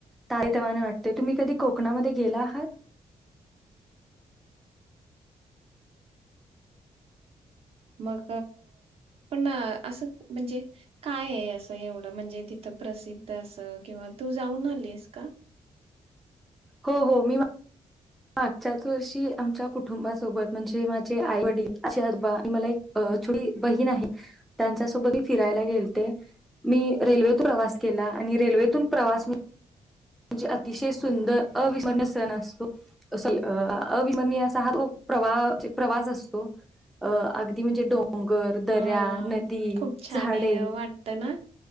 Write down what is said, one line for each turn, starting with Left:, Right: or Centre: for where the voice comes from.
Centre: ताजे तवानेवाटते तुम्ही कधी कोकणामध्ये गेला आहात.
Right: मग पण असं म्हणजे काय आहे असं एवढं म्हणजे तिथं प्रसिद्ध अस किंवा तू जाऊन आलीस का?
Centre: हो हो मी मा मागच्याच वर्षी आमच्या कुटुंबासोबत म्हणजे माझे आई वडील आजी आजोबा मला एक छोट बहीण आहे त्यांच्यासोबत मी फिरायला गेलते मी रेल्वेत प्रवास केला आणि रेल्वेतून प्रवास म्हणजे अतिशय सुंदर अविस्मरणीय सण असतो अविस्मरणीय अस हा तो प्रवा प्रवास असतो अ अगदी म्हणजे डो डोंगर, दऱ्या,
Right: हा
Centre: नदी,
Right: खूप छान
Centre: झाडे
Right: आहे वाटत ना